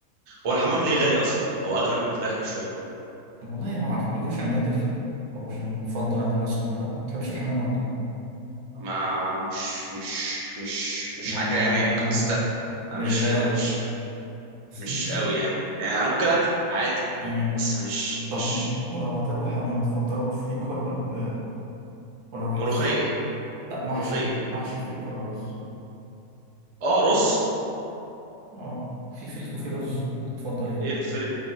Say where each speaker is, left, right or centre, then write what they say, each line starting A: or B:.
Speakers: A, on the right; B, on the right.
A: هو الحمام ليه غالي اصلا او اغلى من الفراخ بشويه
B: والله ما اعرف بيكون عشان نادر او عشان مفضل عند الناس كلها ما تحبش الحمام ولا ايه
A: ما مش مش مش مش
B: من
A: حاجه
B: هوايات
A: يعني
B: الحمام
A: ممكن تست
B: مش
A: مش
B: غاوي
A: مش
B: <laughs>
A: مش قوي يعني يعني انا ممكن اكله عادي
B: أمم.
A: بس مش
B: طب
A: مش
B: لو هتاكل حمام تفضله بفريك ولا ب... ولا برز
A: ملوخيه
B: لا محشي
A: ملوخيه
B: محشي فريك ولا رز
A: اه رز
B: اه في فريك وفي رز انت تفضل ايه
A: ايه الفريخ